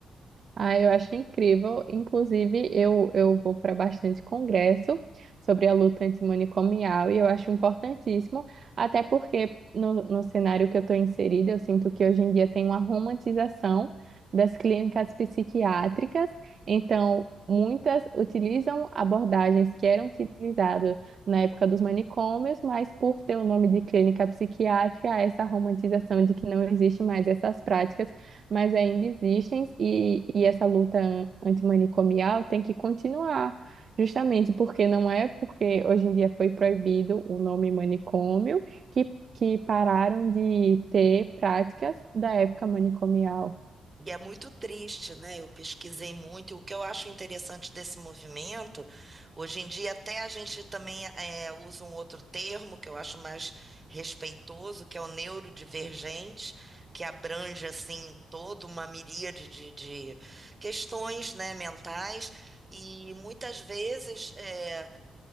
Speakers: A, on the right; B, on the right.
A: Ah, eu acho incrível. Inclusive, eu, eu vou para bastante congresso sobre a luta antimanicomial e eu acho importantíssimo, até porque no, no cenário que eu estou inserida, eu sinto que hoje em dia tem uma romantização das clínicas psiquiátricas, então muitas utilizam abordagens que eram utilizadas na época dos manicômios, mas por ter o nome de clínica psiquiátrica, há essa romantização de que não existe mais essas práticas mas ainda existem e, e essa luta an- antimanicomial tem que continuar, justamente porque não é porque hoje em dia foi proibido o nome manicômio que, que pararam de ter práticas da época manicomial.
B: E é muito triste, né? Eu pesquisei muito. E O que eu acho interessante desse movimento, hoje em dia, até a gente também eh, usa um outro termo que eu acho mais respeitoso, que é o neurodivergente, que abrange, assim, toda uma miríade de, de questões, né, mentais. E muitas vezes. eh,